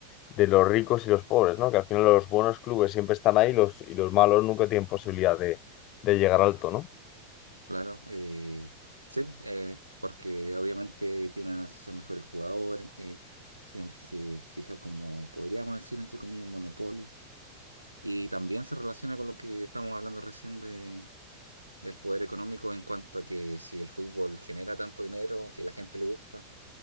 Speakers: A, on the left (about 40°); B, on the right (about 85°).
A: de los ricos y los pobres, ¿no? Que al final los buenos clubes siempre están ahí los, y los malos nunca tienen posibilidad de, de llegar alto, ¿no?
B: claro. eh, sí, pues, eh, porque obviamente tiene a sus mejores jugadores, eh, se, se fija como, podríamos decir, entre comillas, un monopolio. Y también se relaciona con lo que estamos hablando recién del poder económico en cuanto a que si el fútbol genera tanto dinero y a la gente le gusta,